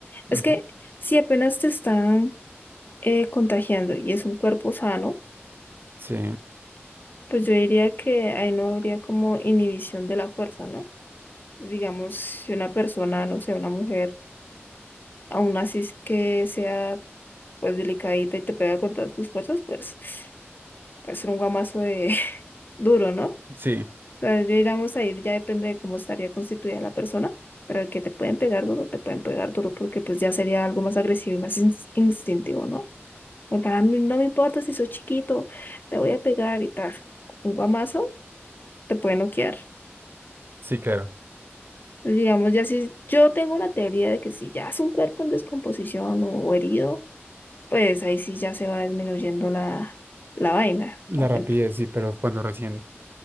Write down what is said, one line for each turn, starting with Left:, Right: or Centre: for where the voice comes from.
Left: Es
Right: Ujú.
Left: que si apenas te están eh, contagiando y es un cuerpo sano,
Right: Sí,
Left: pues yo diría que ahí no habría como inhibición de la fuerza, ¿no? digamos, si una persona, no sé, una mujer, aún así es que sea pues delicadita y te pega con todas tus fuerzas, pues puede ser un guamazo de <laughs> duro, ¿no? O
Right: sí,
Left: sea, yo digamos ahí ya depende de cómo estaría constituida la persona, pero el que te pueden pegar duro, te pueden pegar duro porque pues ya sería algo más agresivo y más ins- instintivo, ¿no? Porque a mí no me importa si sos chiquito, te voy a pegar y tal. Un guamazo te puede noquear.
Right: sí, claro.
Left: Digamos, ya si yo tengo una teoría de que si ya es un cuerpo en descomposición o, herido, pues ahí sí ya se va disminuyendo la, la vaina.
Right: La
Left: ¿no?
Right: rapidez,
Left: El-
Right: sí, pero cuando recién,